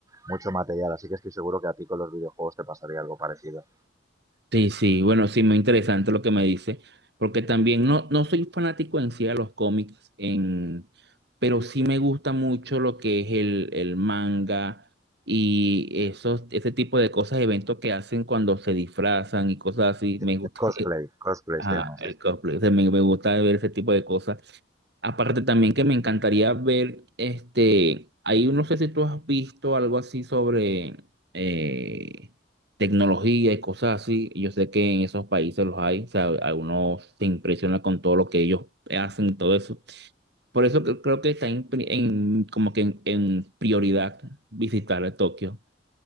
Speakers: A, on the right; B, on the right.
A: mucho material. Así que estoy seguro que a ti con los videojuegos te pasaría algo parecido.
B: Sí, sí, bueno, sí, muy interesante lo que me dice, porque también no, no soy fanático en sí de los cómics, en, pero sí me gusta mucho lo que es el, el manga y esos, ese tipo de cosas, eventos que hacen cuando se disfrazan y cosas así,
A: El
B: me gusta,
A: cosplay,
B: <laughs>
A: cosplay
B: ah,
A: se llama así.
B: el cosplay, o sea, me, me gusta ver ese tipo de cosas. Aparte también que me encantaría ver, este, ahí no sé si tú has visto algo así sobre eh, tecnología y cosas así. Yo sé que en esos países los hay, o sea, a uno se impresiona con todo lo que ellos hacen y todo eso. Por eso cre- creo que está en, pri- en- como que en, en prioridad visitar a Tokio.